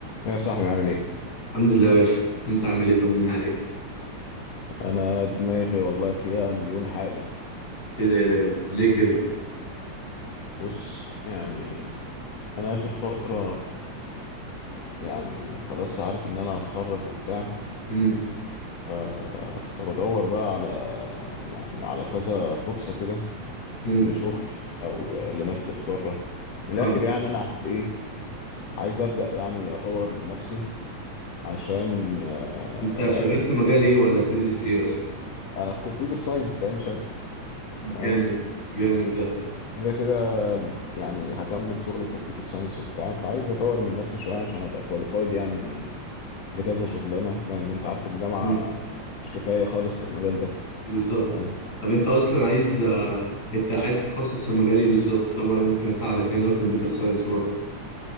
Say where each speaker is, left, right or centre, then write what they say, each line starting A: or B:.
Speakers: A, on the left (about 60°); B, on the left (about 30°).
A: يا صاحبي عامل ايه
B: الحمد لله يا باشا انت عامل ايه طمنا عليك
A: انا دماغي والله فيها مليون حاجة
B: ايه ده ايه ده ايه ده ليه كده
A: بص يعني انا اخر فترة يعني خلاص عارف ان انا هتخرج وبتاع
B: امم
A: ف... فبدور بقى على يعني على كذا فرصة كده
B: امم
A: لشغل او لماسترز بره من
B: فاهم
A: الاخر يعني انا عايز ايه عايز ابدأ يعني اطور من نفسي عشان آه،
B: انت
A: ابقى
B: شغال في مجال ايه ولا بتدرس ايه اصلا
A: انا في كمبيوتر ساينس عين شمس تمام
B: جامد جامد ده
A: كده كده يعني هكمل شغل كمبيوتر ساينس وبتاع فعايز اطور من نفسي شويه عشان ابقى كواليفايد يعني لكذا شغلانه لان انت عارف الجامعه
B: امم
A: مش كفايه خالص في المجال ده
B: بالظبط
A: فاهم
B: طب انت اصلا عايز آه، انت عايز تتخصص في مجال ايه بالظبط طب انا ممكن اساعدك لان انا كمبيوتر ساينس برضه